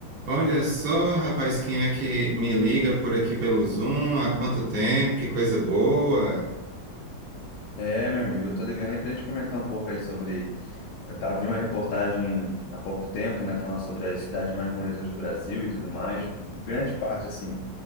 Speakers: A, on the right; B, on the left.
A: Olha só, rapaz, quem é que me liga por aqui pelo Zoom? Há quanto tempo? Que coisa boa!
B: É, meu amigo, eu tô ligando aí pra gente comentar um pouco aí sobre. Eu tava vi uma reportagem há pouco tempo, né, falando sobre as cidades mais bonitas do Brasil e tudo mais. Grande parte, assim,